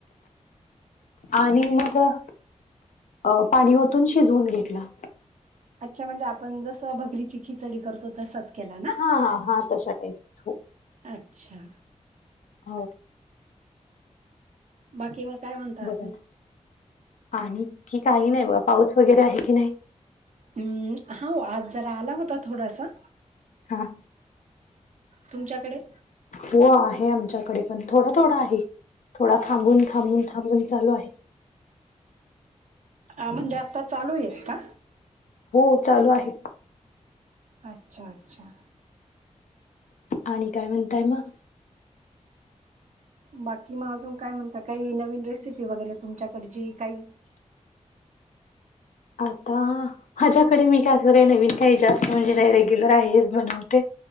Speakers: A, on the left; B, on the right.
A: आणि मगं अ पाणी ओतून शिजवून घेटला.
B: आच्छा म्हणजे आपण जसं भगरीची खिचडी करतो तसाच केला ना?
A: हा हा हा तश्या टाईपच हो.
B: आच्छा
A: हो.
B: बाकी म काय म्हणता
A: बघा
B: आजून?
A: ना आणि की काही नाही बघा पाऊस वगैरे आहे की नाही?
B: हम्म हा ओ आज जरा आला होता थोडासा.
A: हा.
B: तुमच्याकडे?
A: हो आहे आमच्याकडे पण थोडा थोडा आहे. थोडा थांबून, थांबून, थांबून चालू आहे.
B: आ म्हणजे आता चालू हेत का?
A: हो चालू आहे.
B: आच्छा आच्छा.
A: आणि काय म्हणताय म?
B: बाकी मग अजून काय म्हणता, काही नवीन रेसिपी वगैरे तुमच्याकडची काही
A: आता माझ्याकडे मी का असं काही नवीन काही जास्त म्हणजे नाही रेग्युलर आहे हेज बनवते.